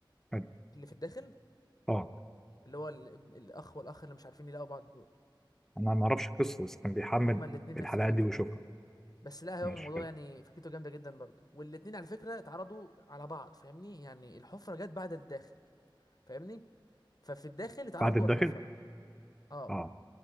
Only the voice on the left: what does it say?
اللي في الداخل
اللي هو الابن الاخ والاخ اللي مش عارفين يلاقوا بعض دول
هما الاتنين نفس
الفكره
اه بس لا
هو الموضوع
يعني فكرته جامده جدا برضو والاتنين على فكره اتعرضوا على بعض فاهمني يعني الحفره جت بعد الداخل فاهمني ففي الداخل اتعرض
جوه
الحفره اه